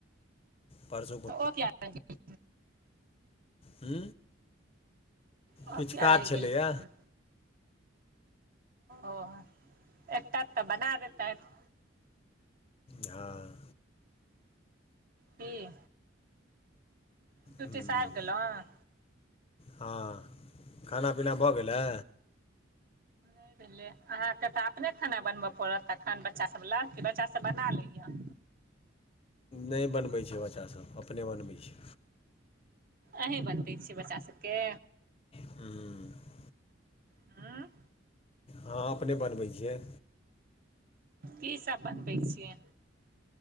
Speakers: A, on the left (about 30°); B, on the right (about 45°).
A: परसु <unintelligible>
B: तऽ ओ किया रहि गेल?
A: हु
B: ओ
A: किछ
B: किया
A: काज
B: रहि
A: छलैया।
B: गेलखिन ओ एत त बना देत।
A: हँ।
B: की ड्यूटी
A: हम्म
B: सँ आबि गेलहुँ
A: हँ, खाना पीना भ गेलै।
B: नयि भेले, अहाँके त अपने खाना बनब पड़त एखन बच्चा सभ लए, कि बच्चा सब बना लैय।
A: नयि बनबै छै बच्चासभ अपने बनबै छी।
B: अहीँ बनै छियै बच्चा सभके।
A: हम्म।
B: म्म
A: हँ अपने बनबै छियै।
B: की सब बनबै छियै?